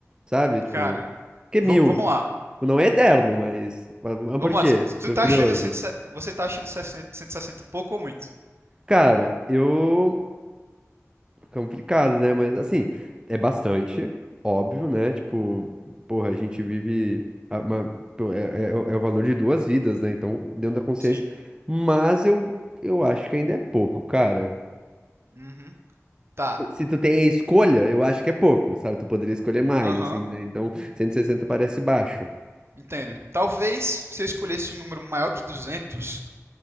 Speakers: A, on the right (about 15°); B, on the right (about 55°).
A: sabe? Tipo,
B: Cara,
A: por que
B: vam-
A: mil?
B: vamos lá.
A: Não é eterno, mas... Mas mas
B: Vamos
A: por quê?
B: lá, tu, tu
A: Tô
B: tá
A: curioso.
B: achando 160, você tá achando 60 160 pouco ou muito?
A: Cara, eu... Complicado, né? Mas assim, é bastante, óbvio, né? Tipo, porra, a gente vive a- uma, pô, é, é- é o valor de duas vidas, né? Então, dentro da consciência.
B: Sim.
A: Mas eu, eu acho que ainda é pouco, cara.
B: Uhum. Tá.
A: Se tu tem a escolha, eu acho que é pouco, sabe? Tu poderia escolher mais,
B: Aham.
A: assim, né? Então, cento e sessenta parece baixo.
B: Entendo. Talvez se eu escolhesse um número maior que 200,